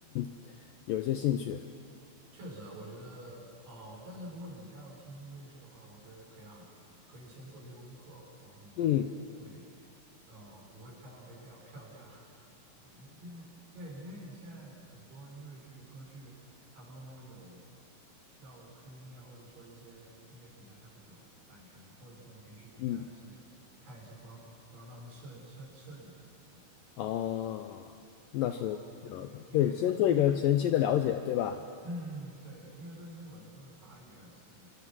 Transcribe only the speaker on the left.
<clears throat> 有一些兴趣。
嗯，
嗯，
哦，那是挺好的。
对，先做一个前期的了解，
对吧？